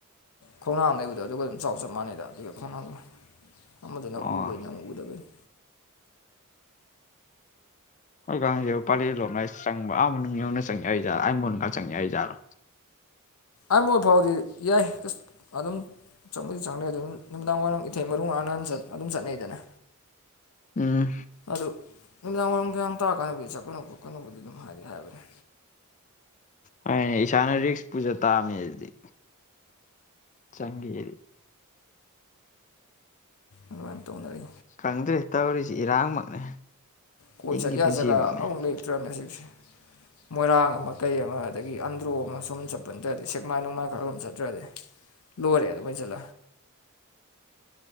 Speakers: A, on the left; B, on the left.
A: ꯈꯣꯡꯅꯥ ꯑꯃ ꯂꯩꯕꯗꯣ ꯑꯗꯨꯒ ꯑꯗꯨꯝ ꯆꯥꯎ ꯆꯞ ꯃꯥꯟꯅꯩꯗ ꯑꯗꯨꯒ ꯈꯣꯡꯅꯥꯝꯗꯨ ꯑꯃꯗꯨꯅ
B: ꯑꯣ
A: ꯎꯕꯩꯅꯤ ꯑꯃꯨꯛ ꯎꯗꯕꯩꯅꯤ
B: ꯍꯣꯏꯀꯦ ꯄꯥꯂꯦ ꯂꯣꯝꯅ ꯑꯩ ꯆꯪꯕ ꯑꯃ ꯃꯅꯨꯡ ꯌꯧꯅ ꯆꯪꯉꯦ ꯑꯩꯖꯠꯣ ꯑꯩ ꯃꯣꯟꯗꯒ ꯆꯪꯉꯦ ꯑꯩ ꯖꯠꯣ
A: ꯑꯥꯟꯕ ꯐꯥꯎꯗꯤ ꯌꯥꯏ ꯑꯗꯨꯝ ꯆꯪꯕꯨꯗꯤ ꯆꯪꯗꯩ ꯑꯗꯨꯝ ꯅꯨꯃꯤꯗꯥꯡ ꯋꯥꯏꯔꯝ ꯏꯊꯩ ꯃꯔ ꯃꯔꯥꯡ ꯅꯍꯥꯟ ꯑꯗꯨꯝ ꯆꯠꯅꯩꯗꯅ
B: ꯎꯝ
A: ꯑꯗꯨ ꯅꯨꯃꯤꯗꯥꯡ ꯋꯥꯏꯔꯝ ꯀꯌꯥꯝ ꯇꯥꯀꯥꯟꯗꯕꯨꯗꯤ ꯆꯠꯀꯅꯣ ꯈꯣꯠꯀꯅꯨꯕꯨꯗꯤ ꯑꯗꯨꯝ ꯍꯥꯏꯔꯤ ꯍꯥꯏꯕꯅꯤ
B: ꯍꯥꯏꯅꯦ ꯏꯁꯥꯅ ꯔꯤꯛꯁ ꯄꯨꯖ ꯇꯥꯑꯝꯃꯦ ꯑꯗꯨꯗꯤ ꯆꯪꯈꯤꯗꯤ
A: ꯑꯗꯨꯃꯥꯏꯅ ꯇꯧꯅꯔꯤ
B: ꯈꯪꯗ꯭ꯔꯦ ꯇꯧꯔꯤꯁꯤ ꯏꯔꯥꯡꯃꯛꯅꯦ
A: ꯀꯣꯏ
B: ꯍꯤꯡꯒꯤ
A: ꯆꯠꯌꯥ
B: ꯄꯨꯟꯁꯤꯃꯛꯅꯦ
A: ꯖꯒꯥ ꯑꯃꯨꯛ ꯂꯩꯇ꯭ꯔꯝꯅꯦ ꯍꯧꯖꯤꯛꯁꯦ ꯃꯣꯏꯔꯥꯡ ꯑꯃ ꯀꯩ ꯑꯃ ꯑꯗꯒꯤ ꯑꯟꯗ꯭ꯔꯣ ꯑꯃ ꯁꯨꯝ ꯆꯠꯄꯟꯗ꯭ꯔꯗꯤ ꯁꯦꯛꯃꯥꯏ ꯅꯣꯡꯃꯥꯏ ꯈꯔꯝ ꯆꯠꯇ꯭ꯔꯗꯤ ꯂꯣꯋꯔ ꯍ ꯍꯥꯔꯕꯩꯖꯜ